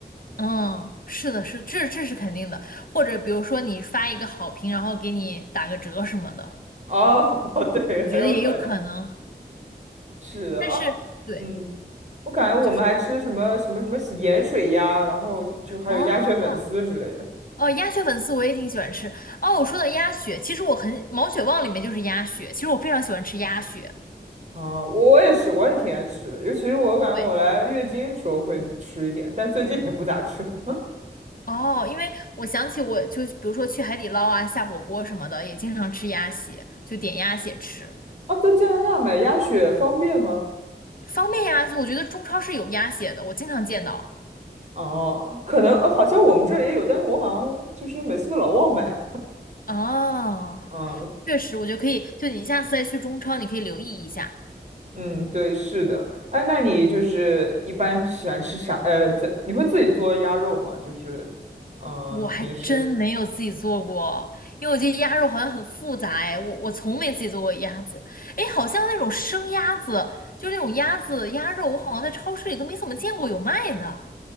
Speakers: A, on the left; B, on the right.
A: 嗯，是的，是，这这是肯定的。或者比如说你发一个好评，然后给你打个折什么的，
B: 哦，<laughs> 对，
A: 我觉得也有可能。
B: 很有可能是的啊，
A: 但是，对，
B: 嗯，我感觉我们还吃什么什么什么盐水鸭，
A: 就是。
B: 然后就还有鸭血粉丝之类的。
A: 啊，哦，鸭血粉丝我也挺喜欢吃。哦，我说到鸭血，其实我很毛血旺里面就是鸭血，其实我非常喜欢吃鸭血。
B: 啊，我我也是，我也挺爱吃的，尤其是我感觉我来月经的时候会吃一点，
A: 对，
B: 但最近也不咋吃了。<laughs>
A: 哦，因为我想起我就比如说去海底捞啊下火锅什么的，也经常吃鸭血，就点鸭血吃，
B: 啊，在加拿大买鸭血方便吗？
A: 方便呀。我觉得中超是有鸭血的，我经常见到。
B: 哦，可能，呃好像我们这儿也有，但是我好像就是每次都老忘买。
A: 哦，
B: 嗯
A: 确实，我觉得可以，就你下次再去中超，你可以留意一下。
B: 嗯，对，是的。哎，那你就是一般喜欢吃啥？呃，在你会自己做鸭肉吗？就是，嗯、
A: 我还真没有自己做过，
B: 平时。
A: 因为我觉得鸭肉好像很复杂哎，我我从没自己做过鸭子，哎，好像那种生鸭子，就那种鸭子鸭肉，我好像在超市里都没怎么见过有卖的，